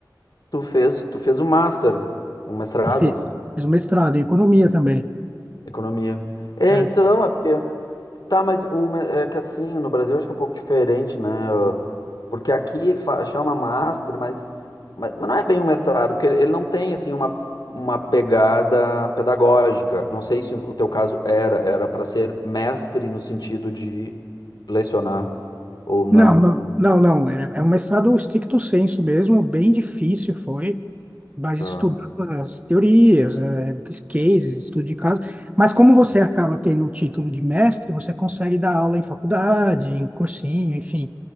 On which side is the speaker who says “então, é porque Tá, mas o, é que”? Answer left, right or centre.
Left